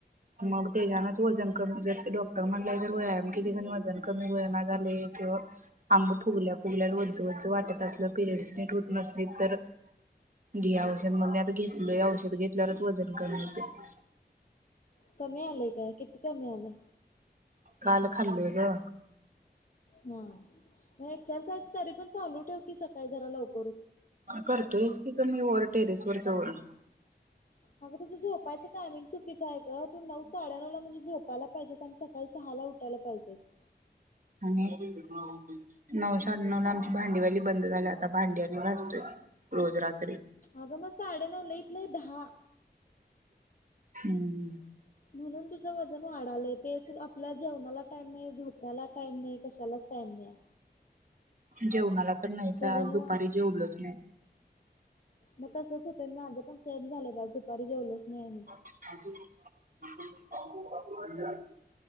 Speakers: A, on the right (about 50°); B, on the left (about 50°).
A: मग तेच्यानाच वजन कमी जर ते डॉक्टर म्हणलं ज वयाम की वजन कमी वया ना झाले किंवा आगं फुगल्या फुगल्या वज वज वाटत असेल की पिरियडस नीट होत नसले तर, घे औषध मग मी आता घेतलोय औषध घेतल्यावरच वजन कमी होतंय.
B: कमी आलंय काय, किती कमी आलं?
A: काल खाल्लोय ग.
B: हां. म एक्सरसाइज तरी पण चालू ठेव की स काळी जरा लवक
A: करतोयच की. मी वर टेरेस वर जाऊन
B: अगं तुझ झोपायचं टायमिंग चुकीचं आहे ग. तू नऊ साडेनऊ ला म्हणजे झोपायला पाहिजेस आणि सकाळी सहा ला उठायला पाहिजेस.
A: आणि नऊ साडे नऊ ला आमची भांडीवाली बंद झाल्या आता भांडी आणि घासतोय रोज रात
B: अगं म साडेनऊ लइत लई दहा.
A: हम्म.
B: म्हणून तुझ व जण वाढालय ते तू आपल जेवणाला टाईम नाही, झोपण्याला टाईम नाही, कशालाच टाईम नाही.
A: जेवणाला तर नाहीच
B: त्याच्यामुळ
A: आज दुपारी जेवलोच
B: मग तसच हुतय माझ पण सेम झालंय ब आज दू पारी जेवलोच
A: <inaudible>
B: नाही आणि
A: <unintelligible>